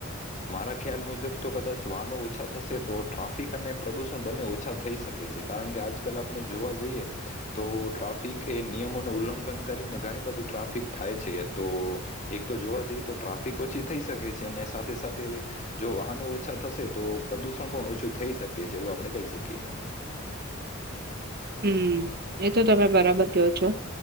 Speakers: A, on the left; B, on the right.
A: મારા ખ્યાલ મુજબ તો કદાચ વાહનો ઓછા થશે તો ટ્રાફિક અને પ્રદુષણ બંને ઓછા થશે થઈ શકે છે કારણ કે આજકાલ આપણે જોવા જઈએ તો ડ્રાફ ટ્રાફિક એ નિયમોનું ઉલ્લંઘન કરીને ઘણી બધી ટ્રાફિક થાય છે તો એક તો જોવા જઈએ તો ટ્રાફિક ઓછી થઈ શકે છે અને સાથે સાથે જો વાહનો ઓછા થશે તો પ્રદુષણ પણ ઓછું થઈ શકે છે એવું આપણે કહી શકીએ.
B: હમ એ તો તમે બરાબર કયો છો.